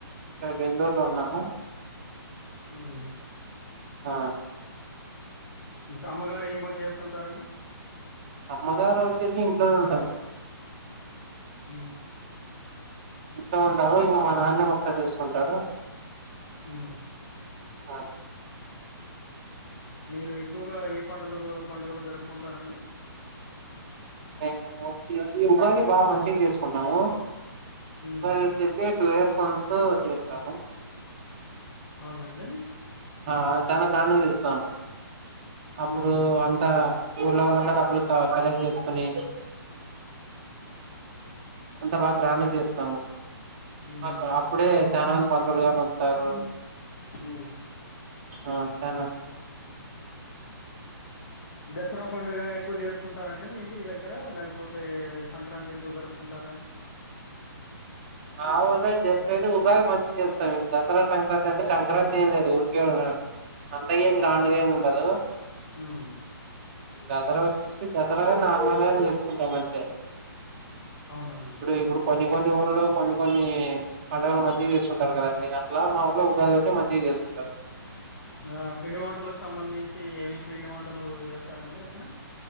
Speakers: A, on the right; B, on the left.
A: ఇక్కడ బెంగళూరు లో ఉన్నాము
B: ఉమ్
A: ఆ
B: ఇంకా అమ్మగారు ఏం పని చేస్తుంటారండి
A: అమ్మగారు వచ్చేసి ఇంట్లోనే ఉండడి
B: హ
A: ఇంట ఉంటారు ఇంకా మా నాన్న మొత్తం చూసుకుంటాడు
B: ఉ
A: ఆ
B: మీరు ఎక్కువగా ఏ పండుగ పండుగలు జరుపుకుంటారండి
A: మము వచ్చేసి ఉగాది బాగా మంచిగా చేసుకుంటాము
B: హ్మ్.
A: అది వచ్చేసి టూ ఇయర్స్ కొన్స్ చేస్తాము
B: అవునండి
A: ఆ చాలా గ్రాండ్ చేస్తాం అప్పుడు
B: హ్మ్.
A: అంతా ఊళలళ్ల డబ్బలు కలెక్ చేస్తారు ని అంత బాగా గహణం చేస్తాము
B: హ్మ్.
A: అ అప్పుడే చాలా మంది పంతువులుగాని వస్తారు
B: హ్మ్.
A: ఆ చనా
B: దసరా పండుగ ఎక్కువ జరుపుకుంటారంండి మీది దగ్గర లేకపోతే సంక్రాంతి ఎక్కువ జరుపుకుంటారు సరే
A: మా ఊరు సైడ్ జరిపోది ఉగాది మంచిగా చేస్తాం దసరా సంక్రాంతి అంటే సంక్రాంతి ఏం లేదు ఊరికే అంతగా ఏం గ్రాండ్గా ఏమి ఉండదు
B: హ్మ్.
A: దసరా వచ్చేసి దసరాగా నార్మల్గా చేసుకుంటాం అంతే
B: అవునా
A: ఇప్పుడు ఇప్పుడు కొన్ని కొన్ని ఊర్లో కొన్ని కొన్ని పండగలు మంచిగా చేస్తుంటారు కదండి అలా మా ఊలో ఉగాది ఒకంటే మంచిగా చేసుకుంటారు
B: ఆ పిండి వంటలకు సంబంధించి ఏమేమి పిండి వంటలు చేస్తారంండి అక్కడ